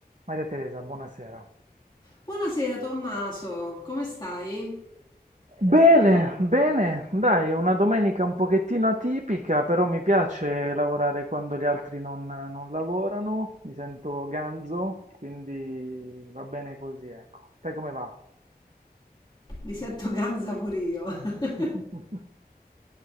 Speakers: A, on the right; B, on the left.
A: Maria Teresa, buonasera.
B: Buonasera Tommaso, come stai?
A: Bene, bene, dai, una domenica un pochettino atipica, però mi piace lavorare quando gli altri non, non lavorano, mi sento ganzo, quindi va bene così, ecco. Te come va?
B: Mi sento ganza pure io. <laughs>
A: <laughs>